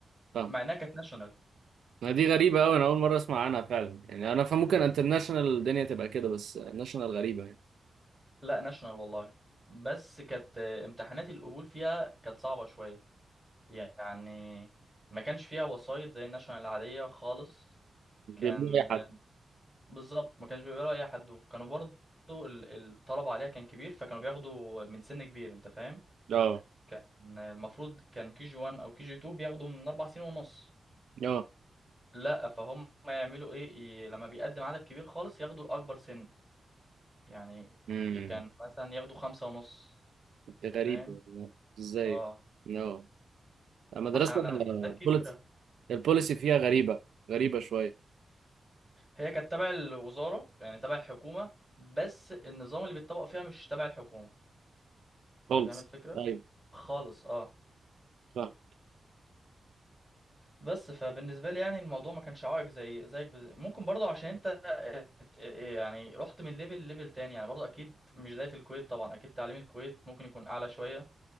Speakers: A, on the right; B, in the centre.
A: فاهم
B: مع انها كانت ناشونال
A: ما دي غريبه قوي انا اول مره اسمع عنها فعلا يعني انا فممكن انترناشونال الدنيا تبقى كده بس ناشونال غريبه يعني
B: لا ناشونال والله بس كانت آه، امتحانات القبول فيها كانت صعبه شويه يعني ما كانش فيها وسايط زي الناشونال العاديه خالص
A: مش
B: كان
A: بيقبلوا اي حد
B: بالظبط ما كانش بيقبلوا اي حد وكانوا برضو ال- الطلب عليها كان كبير فكانوا بياخدوا من سن كبير انت فاهم
A: اه
B: كان المفروض كان كي جي 1 او كي جي 2 بياخدوا من اربع سنين ونص
A: اه
B: لا فهم يعملوا ايه ي- لما بيقدم عدد كبير خالص ياخدوا الاكبر سن يعني
A: امم
B: ي- كان مثلا ياخدوا خمسة ونص
A: غريبه
B: انت فاهم
A: ازاي
B: اه
A: اه المدرسة
B: عشان عدد
A: البوليتي
B: كبيرة
A: البوليسي فيها غريبة غريبة شوية
B: هي كانت تبع الوزارة يعني تبع الحكومة بس النظام اللي بيتطبق فيها مش تبع الحكومة انت
A: خالص
B: فاهم الفكرة
A: أيوة
B: خالص اه
A: فاهم
B: بس فبالنسبة لي يعني الموضوع ما كانش عائق زي زيك بز... ممكن برضه عشان انت ات- يعني رحت من ليفل ليفل تاني يعني برضه اكيد مش زي في الكويت طبعا اكيد تعليم الكويت ممكن يكون اعلى شوية